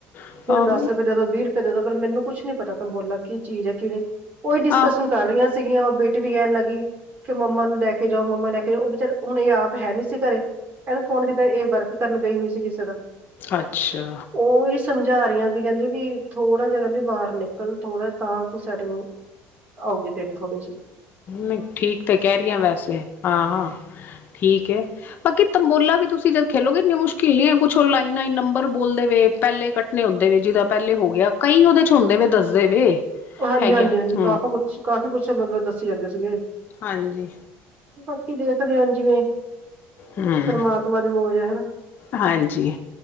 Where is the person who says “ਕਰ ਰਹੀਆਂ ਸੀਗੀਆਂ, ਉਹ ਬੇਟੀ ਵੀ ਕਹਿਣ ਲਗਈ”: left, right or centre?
Right